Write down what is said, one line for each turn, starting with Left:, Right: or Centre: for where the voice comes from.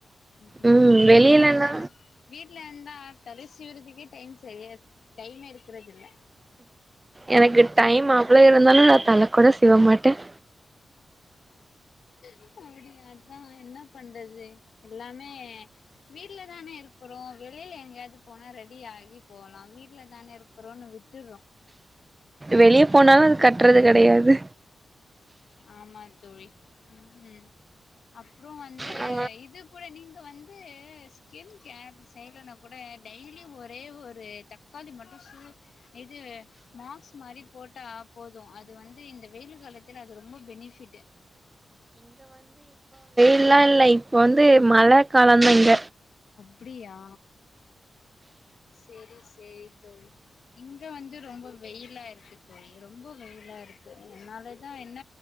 Left: உஉம்
Right: ம் வெளிலனா
Left: வீட்டல எந்தான வீட்டு வீல இருந்தா தலசிவ்றதுக்கே டைம் சரிய டைமே இருக் இருக்குறதுல்ல
Right: எனக்கு டைம் அவ்ளவு இருந்தாலும் நான் தல கூட சிவ மாட்டேன்
Left: அப்டியாக்கா என்ன பண்றது எல்லாமே வீடல தானே இருக்கிறோம் வெளியில எங்கேயாவது போனா ரெடி ஆகி போலா வீடல தானே இரு கொரோனை விட்றோ
Right: வெளியே போனாலும் அது கட்டுறது கெடயாது
Left: ஆமா தோழி ம் அப்பறம் வந்து
Right: ஆ
Left: இது கூட நீங்க இ வந்து ஸ்கின் கேர் செய்யலனா கூட டெய்லி ஒரே ஒரு தக்காளி மட்டும் சூ இது மாக்ஸ் மாரி போட்டா போதும் அது வந்து இந்த வெய்யிலு காலத்துக்கு ல்ல அது ரொம்ப பெனிஃபிடு
Right: ல்லாம் இல் இப்ப வந்து மழ கலந்தங்க
Left: அப்டியா செரி செரி தோழி இங்க வந்து ரொம்ப வெயிலா இருக்கு தோழி ரொம்ப வெயிலா இருக்கு என்னாலதான் என்ன